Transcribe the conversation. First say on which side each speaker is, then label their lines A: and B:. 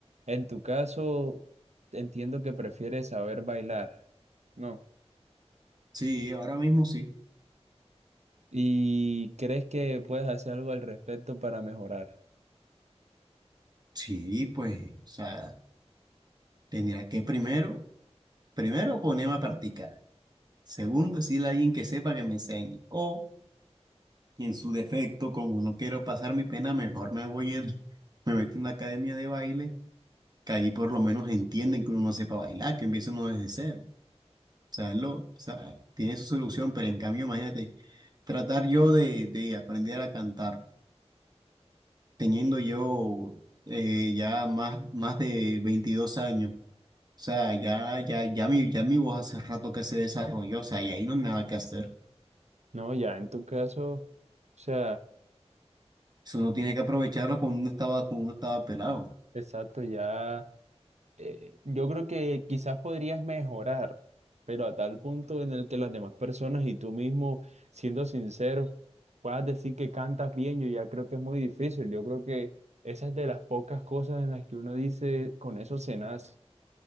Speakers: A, on the right; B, on the right.
A: En tu caso, entiendo que prefieres saber bailar, ¿no?
B: Sí, ahora mismo sí.
A: ¿Y crees que puedes hacer algo al respecto para mejorar?
B: Sí, pues, o sea, tendría que primero, primero ponerme a practicar. Segundo, decirle a alguien que sepa que me enseñe. O Y en su defecto, como no quiero pasar mi pena, mejor me voy en, <laughs> me meto en una academia de baile, que ahí por lo menos entienden que uno no sepa bailar, que empieza uno desde cero. O sea, es lo, o sea, tiene su solución, pero en cambio, imagínate, tratar yo de, de aprender a cantar, teniendo yo eh, ya más, más de 22 años. O sea, ya, ya, ya mi, ya mi voz hace rato que se desarrolló, o sea, y ahí no hay nada que hacer.
A: No, ya en tu caso, o sea,
B: Eso uno tiene que aprovecharlo cuando uno estaba, cuando uno estaba pelado.
A: exacto, ya. eh, yo creo que quizás podrías mejorar, pero a tal punto en el que las demás personas y tú mismo, siendo sinceros, puedas decir que cantas bien, yo ya creo que es muy difícil. Yo creo que esa es de las pocas cosas en las que uno dice, con eso se nace.